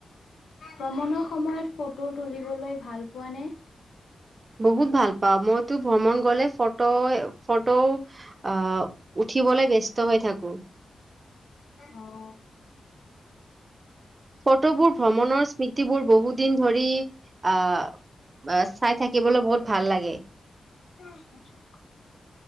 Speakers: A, on the left; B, on the right.
A: ভ্ৰমণৰ সময়ত ফটো তুলিবলৈ ভাল পোৱা নে?
B: বহুত ভাল পাওঁ মইতো ভ্ৰমণ গলে ফটো -ফটো আহ', উঠিব ব্যস্ত হৈ থাকো।
A: অ'।
B: ফটোবোৰ ভ্ৰমণৰ স্মৃতিবোৰ বহুত দিন ধৰি, আহ', চাই থাকিবলৈ বহুত ভাল লাগে।
A: <inaudible>